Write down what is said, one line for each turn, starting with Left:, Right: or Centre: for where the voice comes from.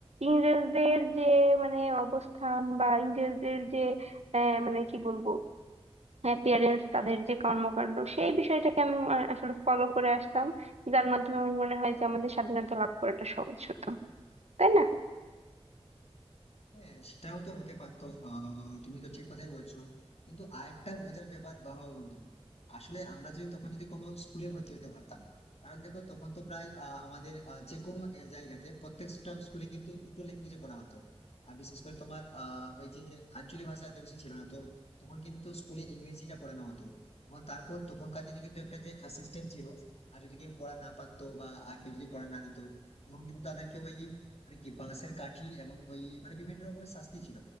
Right: ইংরেজদের যে মানে অবস্থান বা ইংরেজদের যে আহ, মানে কি বলবো অ্যাপিয়ারেন্স তাদের যে কর্মকাণ্ড সেই বিষয়টাকে আমি আ- আসলে ফলো করে আসতাম যার মাধ্যমে আমার মনে হয় যে আমাদের স্বাধীনতা লাভ করাটা সহজ হতো তাই না
Left: হ্যাঁ সেটাও তো হতে পারতো আহ, তুমি তো ঠিক কথাই বলছো কিন্তু আরেকটা মজার ব্যাপার বাবা বন্ধু আসলে আমরা যদি তখন যদি কোনো স্কুলে ভর্তি হতে পারতাম কারণ দেখো তখন তো প্রায় আহ, আমাদের আহ, যে কোনো আহ, জায়গাতে প্রত্যেকটা স্কুলে কিন্তু দুটো ল্যাঙ্গুয়েজে পড়া হতো আর বিশেষ করে তোমার আহ ওই যে আঞ্চলিক ভাষা এত বেশি ছিল না তো তখন কিন্তু স্কুলে ইংরেজিটা পড়ানো হতো এবং তারপর তখনকার দিনে কিন্তু একটা যে সিস্টেম ছিল আর যদি কেউ পড়া না পারতো বা আহ, কেউ যদি পড়া না নিত তখন কিন্তু তাদেরকে ওই মানে কি বাঁশের কাঠি এবং ওই মানে বিভিন্ন রকমের শাস্তি ছিল